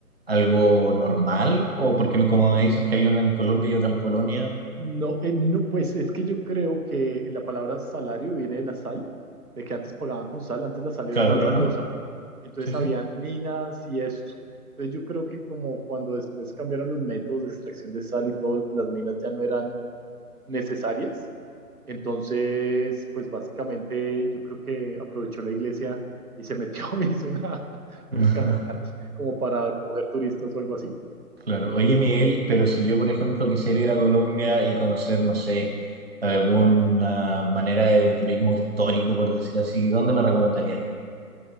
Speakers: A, on the right; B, on the right.
A: algo normal, o porque me- como me dices que hay una en Colombia y otra en Polonia,
B: No, eh, no, pues es que yo creo que la palabra salario viene de la sal, de que antes pagaban con sal, antes la sal
A: claro,
B: era muy valiosa,
A: claro,
B: entonces
A: sí,
B: habían
A: sí.
B: minas y esto. Entonces yo creo que como cuando después cambiaron los métodos de extracción de sal y todo, las minas ya no eran necesarias, entonces pues básicamente yo creo que aprovechó la iglesia y se metió, <laughs> y hizo una, una
A: <laughs>
B: catedral como para coger turistas o algo así.
A: Claro, oye Miguel, pero si yo, por ejemplo, quisiera ir a Colombia y conocer, no sé, alguna manera de turismo histórico, por decir así, ¿dónde me recomendarías ir?